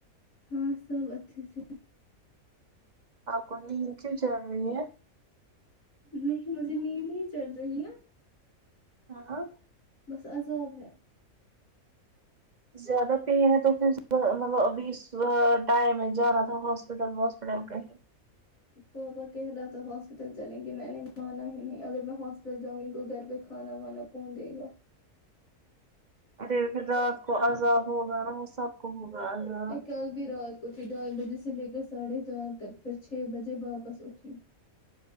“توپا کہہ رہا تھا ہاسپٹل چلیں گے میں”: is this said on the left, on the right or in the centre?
Left